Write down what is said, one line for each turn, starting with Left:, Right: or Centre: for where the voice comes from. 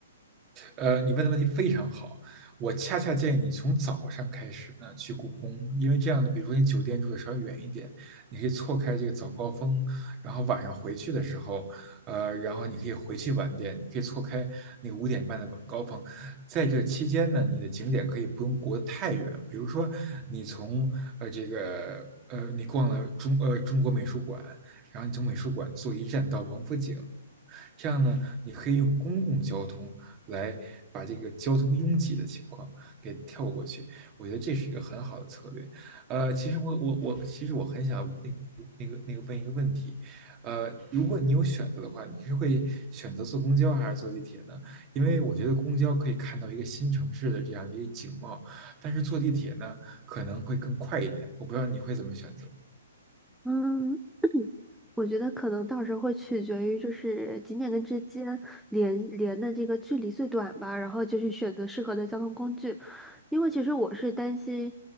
Right: 呃，你问的问题非常好，我恰恰建议你从早上开始呢去故宫，因为这样呢，比如说你酒店住的稍微远一点，你可以错开这个早高峰，然后晚上回去的时候，呃，然后你可以回去晚点，你可以错开那个五点半的晚高峰，在这期间呢，你的景点可以不用过得太远，比如说你从呃这个呃你逛了中呃中国美术馆，然后你从美术馆坐一站到王府井。这样呢，你可以用公共交通来把这个交通拥挤的情况给跳过去。我觉得这是一个很好的策略。呃，其实我我我其实我很想那那个那个问一个问题，呃，如果你有选择的话，你是会选择坐公交还是坐地铁呢？因为我觉得公交可以看到一个新城市的这样一个景貌，但是坐地铁呢可能会更快一点。我不知道你会怎么选择。
Centre: 嗯，我觉得可能到时候会取决于就是景点跟之间连连的这个距离最短吧，然后就去选择适合的交通工具。因为其实我是担心